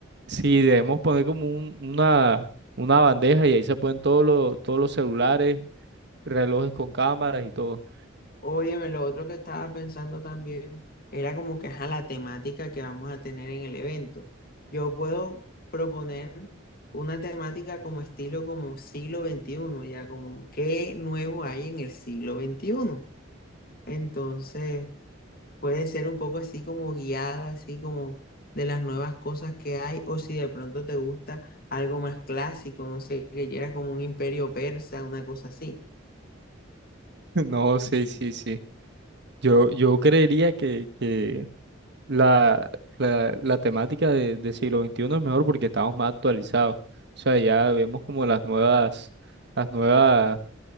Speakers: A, on the right; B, on the left.
A: Sí,
B: ya
A: debemos poner como un- una, una bandeja y ahí se ponen todos los, todos los celulares, relojes con cámaras y todo.
B: Óyeme, lo otro que estaba pensando también era como que ajá, la temática que vamos a tener en el evento. Yo puedo proponer una temática como estilo como siglo veintiuno, ya como qué nuevo hay en el siglo veintiuno. Entonces, puede ser un poco así como guiada, así como de las nuevas cosas que hay, o si de pronto te gusta algo más clásico, no sé, que ya era como un imperio persa, una cosa así.
A: No, sí, sí, sí. Yo, yo creería que, que la, la, la temática de, de siglo XXI es mejor porque estamos más actualizados. O sea, ya vemos como las nuevas, las nuevas